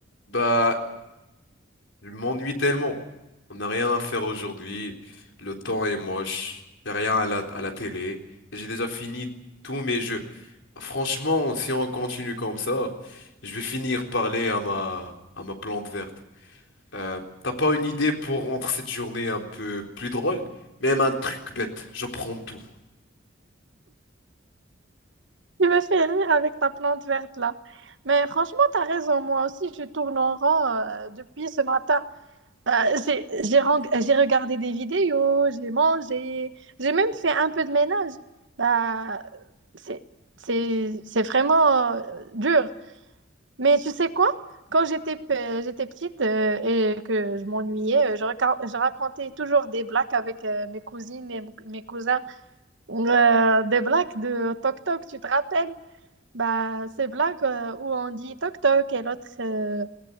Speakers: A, on the left; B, on the right.
A: Bah, je m'ennuie tellement. On n'a rien à faire aujourd'hui. Le temps est moche. Y a rien à la, à la télé. Et J'ai déjà fini tous mes jeux. Franchement, si on continue comme ça, je vais finir parler à ma, à ma plante verte. Euh, t'as pas une idée pour rendre cette journée un peu plus drôle? Même un truc bête. Je prends tout.
B: Tu me fais rire avec ta plante verte là. Mais franchement, tu as raison. Moi aussi, je tourne en rond euh, depuis ce matin. Euh, j'ai, j'ai ren- j'ai regardé des vidéos, j'ai mangé, j'ai même fait un peu de ménage. Bah, c'est, c'est, c'est vraiment euh, dur. Mais tu sais quoi? Quand j'étais pe- j'étais petite euh, et que je m'ennuyais, euh, je, raca- je racontais toujours des blagues avec euh, mes cousines et m- mes cousins. Euh, des blagues de Toc Toc, tu te rappelles? Bah, ces blagues euh, où on dit toc toc et l'autre euh,